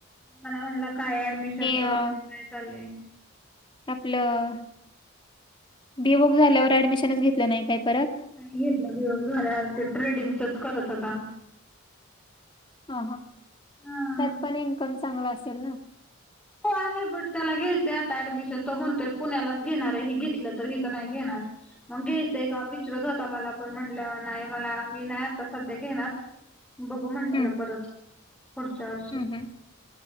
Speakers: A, in the centre; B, on the left.
A: मला म्हणला काय ॲडमिशनच वगैरे
B: अ,
A: काय चाललंय?
B: आपलं डी वोक झाल्यावर ऍडमिशनच घेतलं नाही काय परत?
A: घेतलं बियोक झाल्यावर ते ट्रेडिंगचच करत होता.
B: हा हा,
A: हा
B: त्यात पण इन्कम चांगला असेल ना.
A: हो आहे बट त्याला घ्यायचंय आता ऍडमिशन तो म्हणतोय पुण्यालाच घेणार आहे हे घेतलं तर, हीथ नाही घेणार. मग घ्यायचंय का विचरत होता मला, पण म्हटलं नाही मला मी नाही आता सध्या घेणार. बघू म्हटलं
B: हम्म
A: परत पुढच्या वर्षी
B: हम्म हम्म